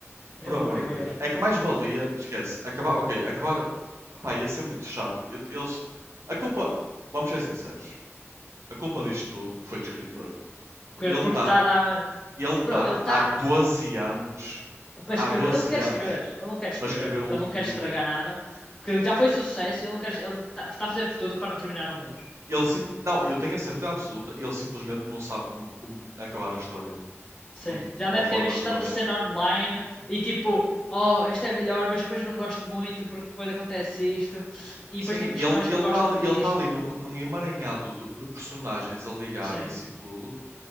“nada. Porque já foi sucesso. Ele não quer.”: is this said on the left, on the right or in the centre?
Left